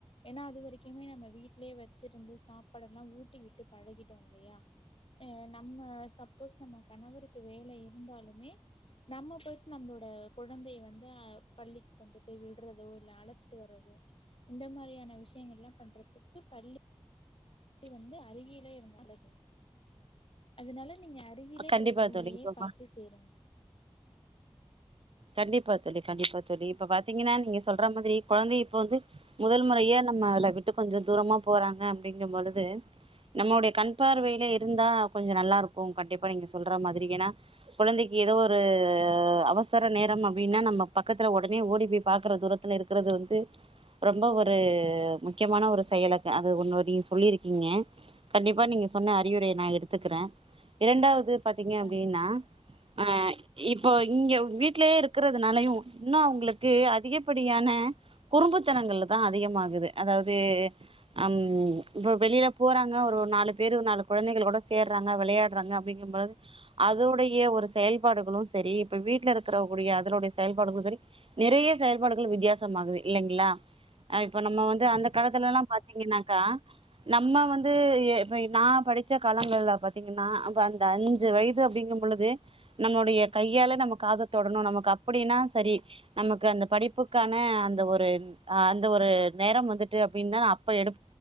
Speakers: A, on the left; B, on the right.
A: ஏன்னா அது வரைக்குமே நம்ம வீட்லயே வச்சிருந்து சாப்பாடெல்லா ஊட்டிவிட்டு பழகிட்டோ இல்லையா ஆ நம்ம சப்போஸ் நம்ம கணவருக்கு வேலை இருந்தாலுமே நம்ம போயிட்டு நம்மளோட குழந்தைய வந்து ஆ பள்ளிக்கு கொண்டு போய் விட்றதோ இல்ல அழைச்சிட்டு வர்றதோ இந்த மாரியான விஷயங்கள்லா பண்றதுக்கு பள்ளி வந்து அருகில இருந்தாலே போது அதனால நீங்க அருகிலேயே இருக்கற
B: கண்டிப்பா
A: பள்ளியே
B: தோழி இப்ப
A: பார்த்து சேருங்க
B: கண்டிப்பா தோழி கண்டிப்பா தோழி இப்ப பாத்தீங்கன்னா நீங்க சொல்ற மாதிரி கொழந்தைய இப்ப வந்து முதல் முறையே நம்மள விட்டு கொஞ்ச தூரமா போறாங்க அப்டிங்கும்பொழுது நம்மளுடைய கண்பார்வையிலயே இருந்தா கொஞ்ச நல்லாருக்கு கண்டிப்பா நீங்க சொல்ற மாதிரி ஏன்னா குழந்தைக்கு ஏதோ ஒரு அவ சர நேர அப்டின்னா நம்ப பக்கத்துல ஒடனே ஓடிப்போய் பாக்குற தூரத்துல இருக்கிறது வந்து ரொம்ப ஒரு முக்கியமான ஒரு செயலங்க அது ஒன்னு நீங்க சொல்லிருக்கீங்க கண்டிப்பா நீங்க சொன்ன அறிவுரைைய நா எடுத்துக்கிற இரண்டாவது பாத்தீங்க அப்டின்னா
A: கண்டிப்பா
B: ஆ இப்போ இங்க வீட்லயே இருக்கிறதுனாலயு இன்னு அவங்களுக்கு அதிகப்படியான குறும்புத்தனங்கள்லதா அதிகமாகுது அதாவது அம் இப்ப வெளில போறாங்க ஒரு நாலு பேரு நாலு கொழந்தைகள் கூட சேர்றாங்க வெளையாடுறாங்க அப்டிங்கும் போது அதோடைய ஒரு செயல்பாடுகளு சரி இப்ப வீட்ல் இருக் க்றக்கூடிய அதனுடைய செயல்பாடுகளு சரி நெறைய செயல்பாடுகள் வித்தியாசமாகுது இல்லங்ளா அ இப்போ நம்ம வந்து
A: கண்டிப்பா
B: அந்த காலத்துலலா
A: கண்டிப்பா
B: பாத்தீங்கனாக்கா நம்ம வந்து எ இப்ப நா படிச்ச காலங்கள்ல பாத்தீங்கன்னா அஞ்சு வயசு அப்டிங்கும்பொழுது நம்ளுடைய கையால நம்ம காத தொடணு நமக்கு அப்புடின்னா சரி நமக்கு அந்த படிப்புக்கான அந்த ஒரு அ அந்த ஒரு நேரம் வந்துட்டு அப்டின்னா அப்ப எடு